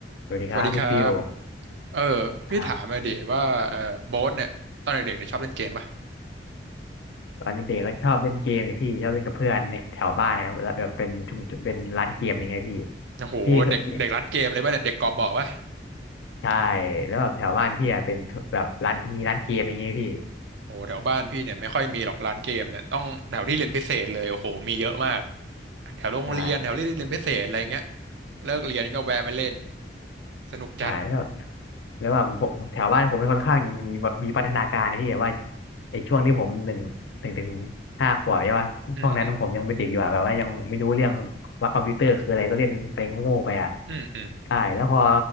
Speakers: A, on the left; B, on the right.
A: สวัสดีครับพี่ฟิว
B: สวัสดีครับเออพี่ถามมาดิว่าเออโบ๊ทเนี่ยตอนเด็กๆเนี่ยชอบเล่นเกมป่ะ
A: ครับตอนเด็กๆก็ชอบเล่นเกมนี่พี่ชอบเล่นกับเพื่อนเนี่ยแถวบ้านนะครับแล้วแบบเป็นชุมเป็นร้านเกมอย่างเงี้ยพี่
B: โอ้โหเด็กเด็กร้านเกมเลยป่ะเนี่ยเด็กกอบบ่อป่ะ
A: พี่เคยมีใช่แล้วแบบแถวบ้านพี่อะเป็นแบบร้านมีร้านเกมอย่างเงี้ยพี่
B: โอ้โหแถวบ้านพี่เนี่ยไม่ค่อยมีหรอกร้านเกมเนี่ยต้องแถวที่เรียนพิเศษเลยโอ้โหมีเยอะมากแถวโรงเรียนแถวที่เรียนพิเศษอะไรเงี้ย
A: ใช่
B: เลิกเรียนก็แวะไปเล่นสนุกจัด
A: ใช่แล้วแล้วว่าผมแถวบ้านผมเป็นค่อนข้างมีมีมีพัฒนาการนะพี่แบบว่าไอ้ช่วงที่ผมหนึ่งหนึ่งถึงห้าขวบใช่ป่ะช่วงนั้นผมยังเป็นเด็กอยู่อะแบบว่ายังไม่รู้เรื่อง
B: อืมอืม
A: ว่าคอมพิวเตอร์คืออะไรก็เล่นอะไรโง่ๆไปอ่ะ
B: อืมอืม
A: ใช่แล้วพอ